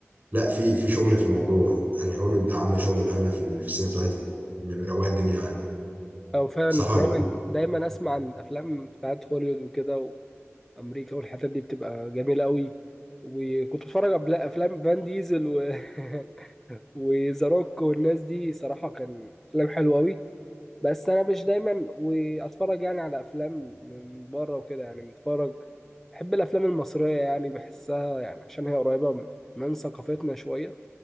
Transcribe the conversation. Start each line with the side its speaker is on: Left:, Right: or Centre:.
Right: لا في في شغل في الموضوع يعني هوليوود عامله شغل بامانه في ال- في السينما بتاعتها م- مروقه الدنيا يعني
Centre: او فعلا
Right: صح ولا
Centre: دايما
Right: لأ؟
Centre: دايما اسمع عن الافلام بتاعت هوليوود وكده وامريكا والحتت دي بتبقى جميله قوي وكنت بتفرج على أفلا- افلام فان ديزل و <laughs> وذا روك والناس دي صراحه كان افلام حلوه قوي بس انا مش دايما واتفرج يعني على افلام من بره وكده يعني متفرج بحب الافلام المصريه يعني بحسها يعني عشان هي قريبه من ثقافتنا شويه